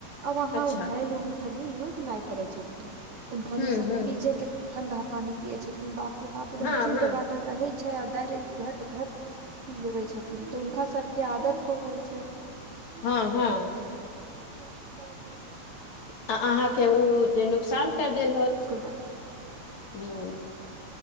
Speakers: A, on the right; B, on the left.
A: आब वहा
B: अच्छा
A: घैल‌उल खनि यूज नय करै छथिन उनखनि
B: हूँ
A: सब
B: हूँ
A: फ्रीजे के ठंडा पानी पिये छथिन बाप रे बाप एकदम
B: हँ
A: चिल्ड
B: हँ
A: वाटर रहै छै आ डायरेक्ट घट घट पी लेबे छथिन तऽ हुनका सबके आदत हो गेल छै त <inaudible>
B: हँ हँ
A: ठी <inaudible>
B: आ अहाँके उ जे नुकसान कैर देल होत
A: कोइ बात
B: हुॅं